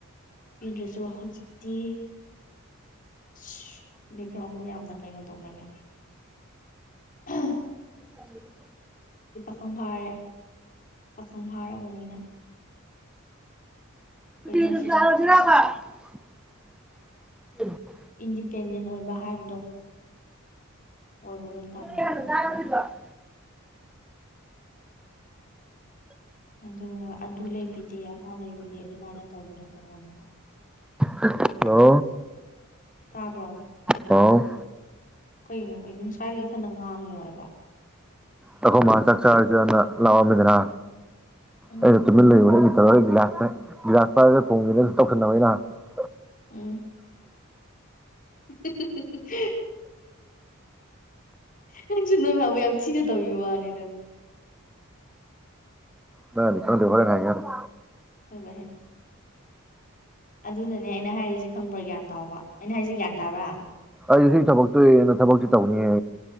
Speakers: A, on the left; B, in the centre.
A: ꯄꯤꯗ꯭ꯔꯁꯨ ꯍꯧꯖꯤꯛꯇꯤ ꯑꯁ ꯕꯦꯛꯒ꯭ꯔꯥꯎꯟꯕꯨ ꯌꯥꯝꯅ ꯀꯩꯅꯣ ꯇꯧꯃꯜꯂꯦ ꯑ
B: ꯎꯝ <inaudible>
A: ꯄꯥꯈꯪ ꯐꯥꯔꯦ ꯄꯥꯈꯪ ꯐꯥꯔꯕꯅꯤꯅ
B: <unintelligible>
A: ꯀꯔꯤ ꯍꯥꯏꯁꯤꯔꯥ
B: ꯎꯝ <inaudible>
A: ꯏꯟꯗꯤꯄꯦꯟꯗꯦꯟ ꯑꯣꯏꯕ ꯍꯥꯏꯕꯗꯣ ꯑꯣꯏꯕꯗꯣ ꯇꯝꯃꯣꯕ
B: ꯑꯗꯨ ꯌꯥꯅ <unintelligible>
A: ꯑꯗꯨꯒ ꯑꯗꯨ ꯂꯩꯕꯤꯗꯦ ꯑꯗꯥ ꯂꯩꯕꯤꯗꯦ ꯑꯗꯨꯃꯥꯏꯅ ꯇꯧꯕꯗꯣ ꯇꯧꯒꯅꯣꯕꯥ
B: ꯍꯂꯣ
A: ꯇꯥꯕꯔꯣ
B: ꯍꯥꯎ
A: ꯀꯩꯅꯣ ꯀꯥꯔꯤ ꯏꯊꯟꯗ ꯉꯥꯡꯉꯤꯔꯣꯏꯕ
B: ꯑꯩꯈꯣꯏ ꯃꯥ ꯆꯥꯛꯆꯥꯔꯥꯖꯤꯅ ꯂꯥꯎꯑꯝꯃꯤꯗꯅ
A: ꯎꯝ
B: ꯑꯩꯩꯅ ꯇꯨꯃꯤꯟ ꯂꯩꯑꯣ ꯒꯤꯕꯤꯂꯥꯁ ꯒꯤꯕꯤꯂꯥꯁ ꯄꯥꯏꯔ ꯊꯣꯡꯁꯤꯦꯅ ꯇꯧꯁꯤꯟꯅꯕꯅꯤꯩꯅ <unintelligible>
A: ꯎꯝ <unintelligible> ꯅꯪꯁꯨ ꯅꯣꯏ ꯐꯕꯨ ꯌꯥꯝ ꯊꯤꯅ ꯇꯧꯕꯤꯕ ꯋꯥꯅꯤꯗ
B: ꯃꯟꯗꯤ ꯈꯪꯗꯔ꯭ꯤꯕ ꯍꯣꯔꯦꯟ ꯍꯥꯏꯒꯦ <unintelligible> <unintelligible>
A: ꯍꯣꯏꯕꯥ ꯍꯦ ꯑꯗꯨꯅꯅꯦ ꯑꯩꯅ ꯍꯥꯏꯔꯤꯁꯦ ꯈꯪꯕ꯭ꯔꯥ ꯒ꯭ꯌꯥꯟ ꯇꯥꯕ ꯑꯩꯅ ꯍꯥꯏꯁꯦ ꯒ꯭ꯌꯥꯟ ꯇꯥꯕ꯭ꯔꯥ
B: ꯑꯩ ꯁꯤ ꯊꯕꯛꯇꯨꯅ ꯊꯕꯛꯇꯤ ꯇꯧꯅꯤꯉꯦ